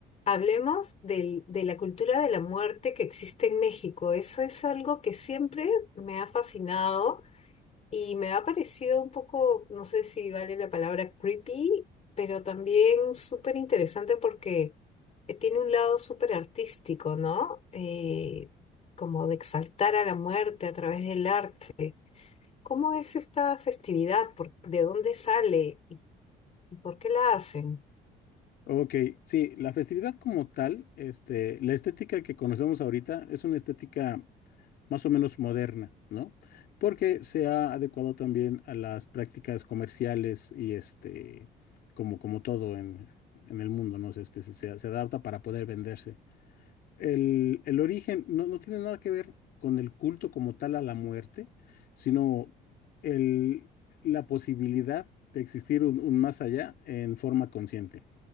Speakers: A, on the left (about 40°); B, on the left (about 65°).
A: Hablemos del- de la cultura de la muerte que existe en México. Eso es algo que siempre me ha fascinado y me ha parecido un poco, no sé si vale la palabra creepy, pero también súper interesante porque eh, tiene un lado súper artístico, ¿no? Eh, como de exaltar a la muerte a través del arte. ¿Cómo es esta festividad? ¿Por- de dónde sale y, y por qué la hacen?
B: Ok, sí, la festividad como tal, este, la estética que conocemos ahorita es una estética más o menos moderna, ¿no? Porque se ha adecuado también a las prácticas comerciales y este, como, como todo en, en el mundo, ¿no? Se- Este, se, se- se adapta para poder venderse. El, el origen no, no tiene nada que ver con el culto como tal a la muerte, sino el, la posibilidad de existir un un más allá en forma consciente